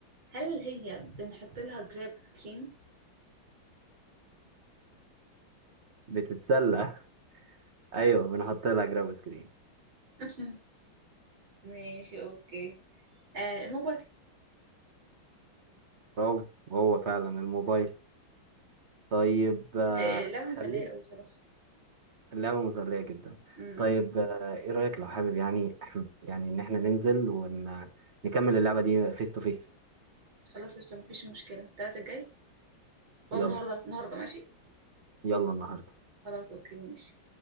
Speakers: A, on the right; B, on the right.
A: هل هي بنحط لها جراب سكرين؟
B: بتتسلى <laughs> أيوه بنحط لها جراب سكرين
A: <laughs> ماشي اوكي آه الموبايل
B: برافو هو فعلا الموبايل طيب آه،
A: آه، لعبة مسلية
B: خلينا
A: قوي بصراحة
B: اللعبة مسلية جدا
A: أمم.
B: طيب آه، ايه رأيك لو حابب يعني <clears throat> يعني ان احنا ننزل ونكمل اللعبة دي فيس تو فيس
A: خلاص قشطة مفيش مشكلة التلاتة الجاي ولا
B: يلا
A: النهاردة النهاردة ماشي
B: يلا النهاردة
A: خلاص اوكي ماشي